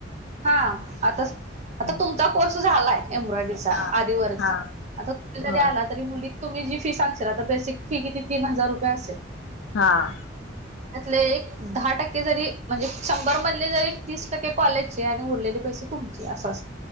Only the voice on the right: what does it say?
हां, आता,
आता तुमचां कोर्स झालायं एम्ब्रॉयडरीचा
आरिवर्कचा.
जरी
आला तरी मुली तुम्हीं जी फी सांगशील तर बेसिक फी किती तीनं हजार रुपये असेलं.
त्यांतले एक दहा टक्के जरी म्हणजे शंभर मधले जरी तीस टक्के कॉलेजंचे आणि उरलेले पैसे तुमचे असं अस